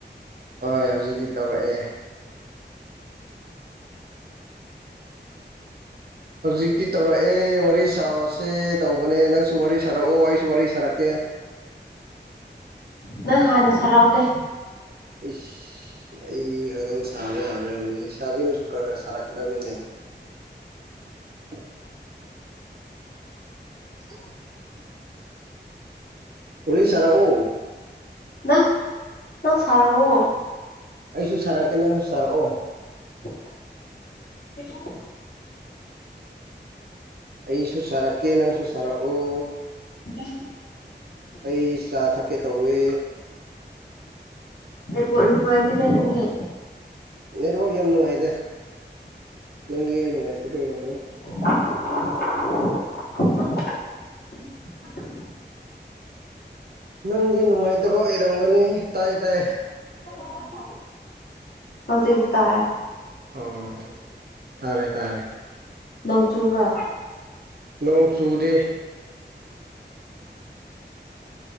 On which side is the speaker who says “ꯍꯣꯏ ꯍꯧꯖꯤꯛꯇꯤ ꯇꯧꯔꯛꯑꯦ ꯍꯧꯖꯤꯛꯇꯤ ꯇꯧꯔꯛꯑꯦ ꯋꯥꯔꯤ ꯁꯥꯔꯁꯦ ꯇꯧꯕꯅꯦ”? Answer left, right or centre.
Right